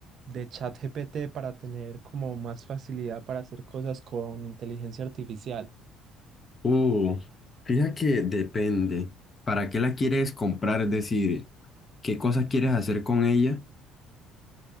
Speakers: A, on the right (about 55°); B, on the left (about 35°).
A: de ChatGPT para tener como más facilidad para hacer cosas con inteligencia artificial.
B: Uh, fíjate que depende. ¿Para qué la quieres comprar? Es decir, ¿qué cosas quieres hacer con ella?